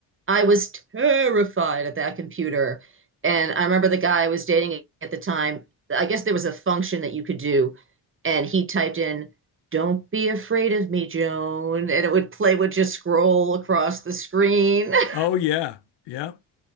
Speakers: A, on the right; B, on the left.
A: I was terrified of that computer. And I remember the guy I was dating at the time, I guess there was a function that you could do, and he typed in, "Don't be afraid of me, Joan," and it would play would just scroll across the screen. <laughs> I
B: Oh, yeah. Yeah.